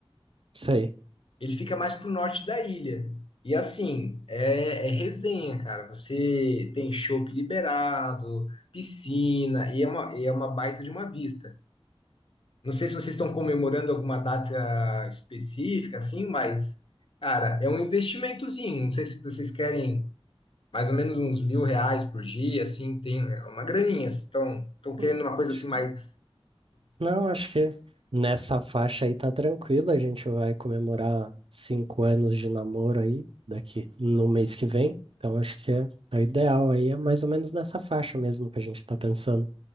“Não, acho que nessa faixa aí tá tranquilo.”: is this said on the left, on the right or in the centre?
Right